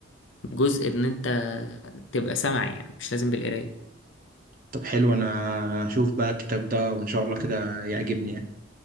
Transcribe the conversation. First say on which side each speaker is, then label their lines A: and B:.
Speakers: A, on the left (about 65°); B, on the right (about 45°).
A: الجزء ان انت تبقى سمعي يعني مش لازم بالقرايه
B: طب حلو انا اشوف بقى الكتاب ده وان شاء الله كده يعجبني يعني